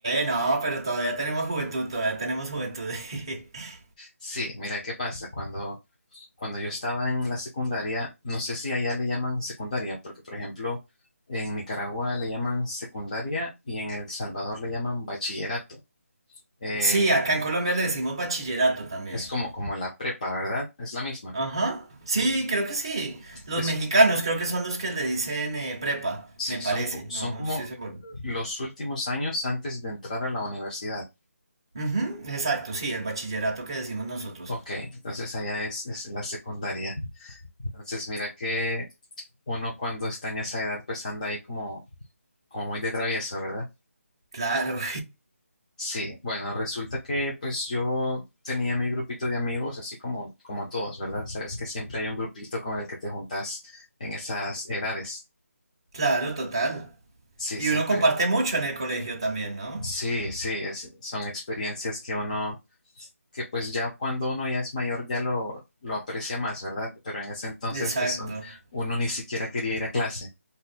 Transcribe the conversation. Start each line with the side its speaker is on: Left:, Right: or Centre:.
Right: no, pero todavía tenemos juventud, todavía tenemos juventud. <laughs>
Left: Sí, mira qué pasa. Cuando, cuando yo estaba en la secundaria, no sé si allá le llaman secundaria, porque por ejemplo, en Nicaragua le llaman secundaria y en El Salvador le llaman bachillerato. Eh,
Right: Sí, acá en Colombia le decimos bachillerato también.
Left: Es como, como la prepa, ¿verdad? Es la misma.
Right: Ajá. Sí, creo que sí. Los
Left: Es,
Right: mexicanos creo que son los que le dicen eh, prepa,
Left: sí,
Right: me
Left: son,
Right: parece.
Left: co-
Right: No
Left: son como
Right: estoy seguro.
Left: los últimos años antes de entrar a la universidad.
Right: Ujú, exacto, sí, el bachillerato que decimos nosotros.
Left: Ok, entonces allá es, es la secundaria. Entonces mira que uno cuando está en esa edad pues anda ahí como, como muy de travieso, ¿verdad?
Right: Claro,
Left: Sí, bueno, resulta que pues yo tenía mi grupito de amigos, así como, como todos, ¿verdad? Sabes que siempre hay un grupito con el que te juntas en esas edades.
Right: <laughs> claro, total.
Left: Sí,
Right: Y
Left: siempre,
Right: uno comparte mucho en el colegio también, ¿no?
Left: Sí, sí, es- son experiencias que uno, que pues ya cuando uno ya es mayor ya lo, lo aprecia más, ¿verdad? Pero en ese entonces
Right: Exacto.
Left: pues un- uno ni siquiera quería ir a clase,